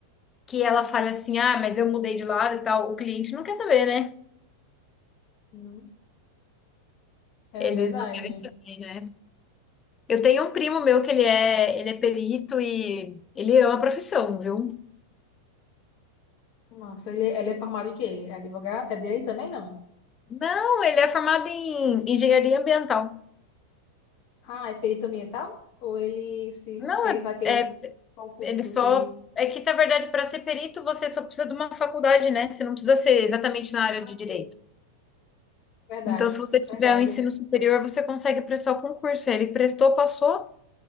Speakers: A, on the left; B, on the left.
A: que ela fale assim, ah, mas eu mudei de lado e tal, o cliente não quer saber, né?
B: Hum, É
A: Eles
B: verdade.
A: não querem saber, né? Eu tenho um primo meu que ele é, ele é perito e ele ama a profissão, viu?
B: Nossa, ele, ele é formado em quê? É advogado? É direito também, não?
A: Não, ele é formado em engenharia ambiental.
B: Ah, é perito ambiental? Ou ele se
A: Não,
B: fez
A: é,
B: naqueles
A: é
B: concursos
A: ele só
B: e...
A: é que na verdade para ser perito você só precisa de uma faculdade, né? Você não precisa ser exatamente na área
B: Ah,
A: de
B: sim,
A: direito.
B: verdade,
A: Então, se você tiver
B: verdade.
A: um ensino
B: Eu-
A: superior, você consegue prestar o concurso. Ele prestou, passou